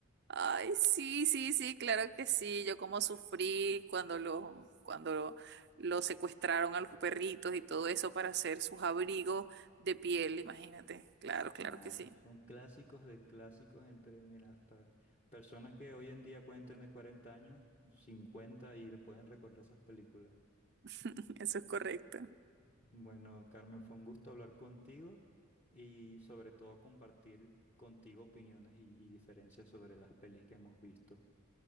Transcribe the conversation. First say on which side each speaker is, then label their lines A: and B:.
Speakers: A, on the right; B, on the left.
A: Ay, sí, sí, sí, claro que sí. Yo como sufrí cuando los, cuando lo- los secuestraron a los perritos y todo eso para hacer sus abrigos de piel, imagínate. Claro, claro
B: Nada,
A: que sí.
B: son clásicos de clásicos entre, mira, hasta personas que hoy en día pueden tener 40 años, 50 y pueden recordar esas películas.
A: <laughs> Eso es correcto.
B: Bueno, Carmen, fue un gusto hablar contigo y sobre todo compartir contigo opiniones y y diferencias sobre las pelis que hemos visto.